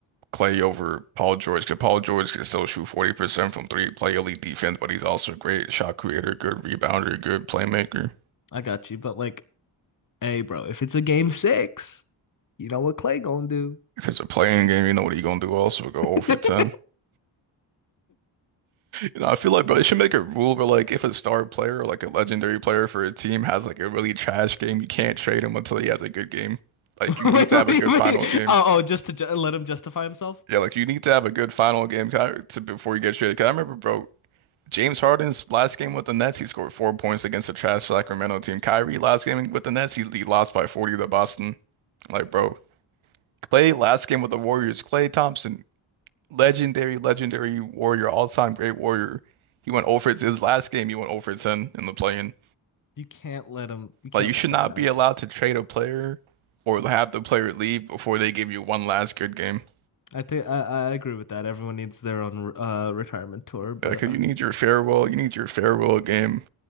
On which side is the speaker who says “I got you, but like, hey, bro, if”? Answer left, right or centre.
Left